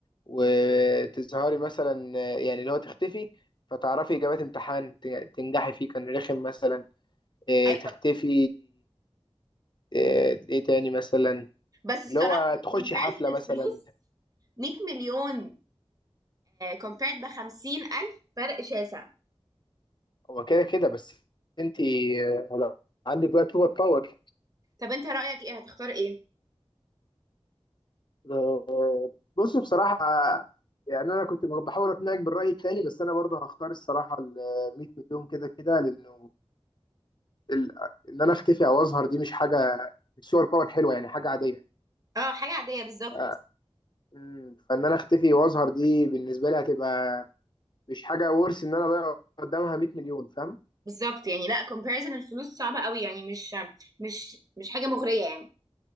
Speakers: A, on the left (about 45°); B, on the right (about 35°).
A: وتظهري مثلا يعني اللي هو تختفي فتعرفي اجابات امتحان ت- تنجحي فيه كان رخم مثلا إيه،
B: ايوه
A: تختفي ايه إيه تاني مثلا
B: بس الصراحه
A: اللي هو تخشي
B: comparison
A: حفلة مثلا
B: الفلوس 100 مليون كومبيرد ب 50000 فرق شاسع
A: هو كده كده بس انت لو عندك بقى سوبر باور
B: طب انت رأيك ايه هتختار ايه
A: آه، بص بصراحة يعني انا كنت بحاول اقنعك بالرأي التاني بس انا برضه هختار الصراحة ال 100 مليون كده كده لانه ال- ان انا اختفي او اظهر دي مش حاجة مش سوبر باور حلوة يعني حاجة عادية
B: اه حاجة عادية بالظبط
A: آه، مم، فان انا اختفي واظهر دي بالنسبة لي هتبقى مش حاجة ورث ان انا اضيع قدامها 100 مليون فاهم
B: بالظبط يعني لا comparison الفلوس صعبة قوي يعني مش مش مش حاجة مغرية يعني